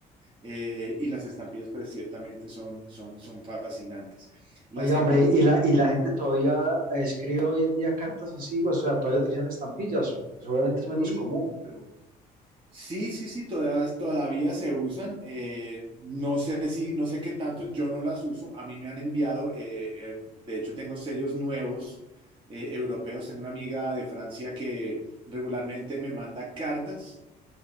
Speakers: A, on the right; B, on the right.
A: eh, y las estampillas, pues ciertamente son, son, son fascinantes. Las
B: Oye,
A: estampillas,
B: hombre, y la, y la gente todavía escribe hoy en día cartas antiguas, o sea, todavía utilizan estampillas, pues obviamente es menos
A: sí,
B: común, pero
A: sí, sí, sí, todas, todavía se usan. eh, no sé si, no sé qué tanto, yo no las uso. A mí me han enviado, eh, eh, de hecho, tengo sellos nuevos eh, europeos. Tengo una amiga de Francia que regularmente me manda cartas.